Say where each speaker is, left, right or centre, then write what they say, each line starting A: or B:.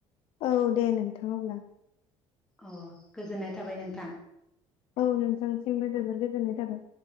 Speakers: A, on the left (about 60°); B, in the centre.
A: औ दे नोंथां अब्ला।
B: अ गोजोननाय थाबाय नोंथां
A: औ नोंथांसिमबो जोबोर गोजोननाय थाबाय।